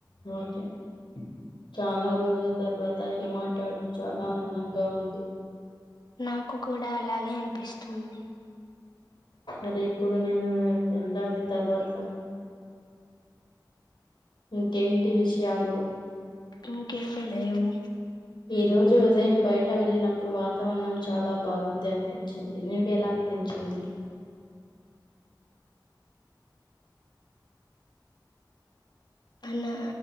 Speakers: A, on the left; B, on the left.
A: రోచల్ చాలా రోజుల తర్వాత ఇలా మాట్ ఆట్టాడం చాలా ఆనందంగా ఉంది
B: నాకు కూడా అలాగే అనిపిస్తుంది
A: అరే ఇప్పుడు నేనూ వెళ్ళాలి తర్వాత ఇంకేంటి విషయాలు
B: ఇంకేమీ లేవు
A: ఈ రోజు ఉదయం బయట తను వెళ్ళినప్పుడు వాతావరణం చాలా బాగుంది అనిపించింది నీకు ఎలా అనిపించింది
B: నా